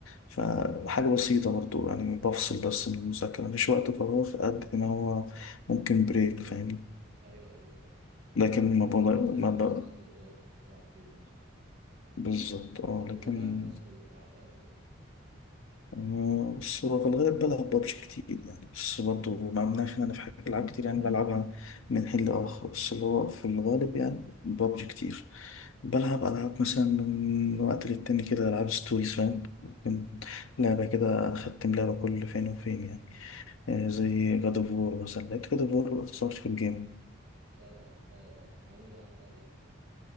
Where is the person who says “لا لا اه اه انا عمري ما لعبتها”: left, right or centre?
Right